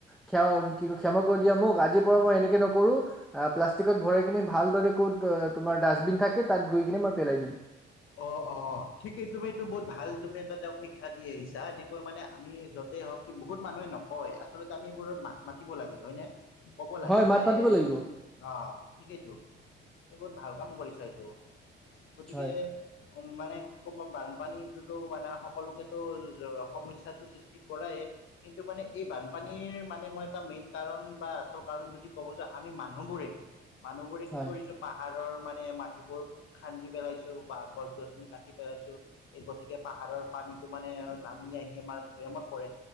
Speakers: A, in the centre; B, on the left (about 75°).
A: ক্ষমা কি কয় ক্ষমা কৰি দিয়া মোক আজিৰ পৰা মই এনেকে নকৰো। আহ প্লাষ্টিকত ভৰাই কিনে ভালদৰে ক'ত তোমাৰ ডাষ্টবিন থাকে তাত গৈ কিনে মই পেলাই দিম।
B: অ অ অ ঠিকেই তুমি এইটো বহুত ভাল তুমি এইটো তেওঁক শিক্ষা দি আহিছা এনেকৈ মানে আমি যতেই হওক কি বহুত মানুহে নকয় আচলতে আমি এইবোৰত মাত মাতিব লাগে হয় নে কব লাগে
A: হয় মাত
B: যে
A: মাতিব লাগিব
B: অ ঠিকেইতো তুমি বহুত ভাল কাম কৰিছা এইটো। গতিকে
A: হয়
B: উম মানে কি ক'ব বানপানীটোতো মানে সকলোকেটো সমস্যাটো সৃষ্টি কৰেই। কিন্তু মানে এই বানপানীৰ মানে মই এটা মেইন কাৰণ বা আচল কাৰণ যদি ক'ব যা- আমি মানুহবোৰে, মানুহবোৰে কি
A: হয়
B: কৰিছো পাহাৰৰ মানে মাটিবোৰ খান্দি কাটি পেলাইছো বা গছ-গছনি কাটি পেলাইছো। এই গতিকে পাহাৰৰ পানীটো মানে নামি আহি আমাৰ ভৈয়ামত পৰে।